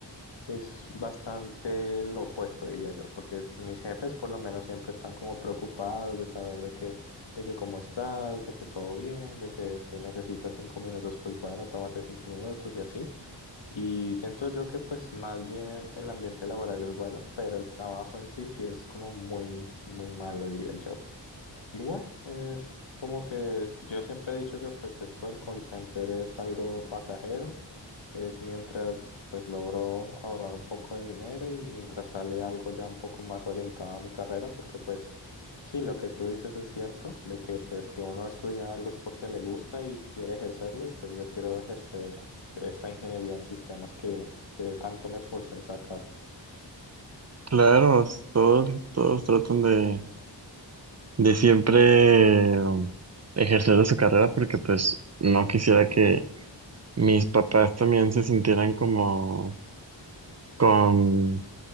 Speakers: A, on the left; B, on the right.
A: es bastante lo opuesto, diría yo, porque mis jefes por lo menos siempre están como preocupados de saber de que, de que cómo estás, de que todo bien, de que si necesitas cinco minutos, pues bueno, tómate cinco minutos y así. Y siento yo que pues más bien el ambiente laboral es bueno, pero el trabajo en sí sí es como muy, muy malo, diría yo. Igual, es como que yo siempre he dicho que pues esto del call center es algo pasajero, es mientras pues logro ahorrar un poco de dinero y mientras sale algo ya un poco más orientado a mi carrera, porque pues sí, lo que tú dices es cierto, de que pues si uno estudia algo es porque le gusta y quiere ejercerlo y pues yo quiero ejercer esta ingeniería en sistemas que, que tanto me esforcé en sacar.
B: Claro, todos, todos tratan de de siempre um, ejercer de su carrera porque pues no quisiera que mis papás también se sintieran como con